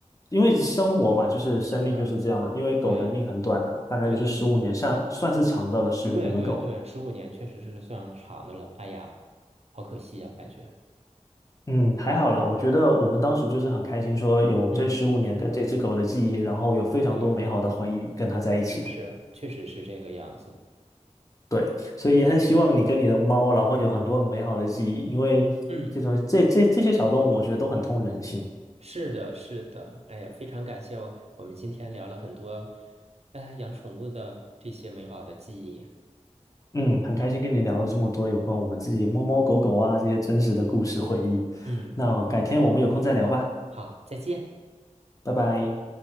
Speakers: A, on the left; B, on the right.
A: 因为生活嘛，就是生命就是这样。
B: 是，
A: 因为狗的命很短的，
B: 对，
A: 大概就是十五年，
B: 对的，对的。
A: 算算是长的了。十五年的狗，
B: 对对对，十五年确实是算长的了。哎呀，好可惜啊，感觉。
A: 嗯，还好啦。我觉得我们当时就是很开心，说有这十五年跟这只狗的记忆，
B: 嗯，
A: 然后有非常多美好的回忆跟它在一起的。
B: 对，是是，确实是这个样子。
A: 对，所以也很希望你跟你的猫，然后有很多很美好的记忆，因为这种这这这些小动物，
B: 嗯，
A: 我觉得都很通人性。
B: 是的，是的。哎呀，非常感谢我，我们今天聊了很多，哎，养宠物的这些美好的记忆。
A: 嗯，很开心跟你聊了这么多有关我们自己猫猫狗狗啊这些真实的故事回忆。
B: 嗯，
A: 那改天我们有空再聊吧，
B: 好，再见。
A: 拜拜。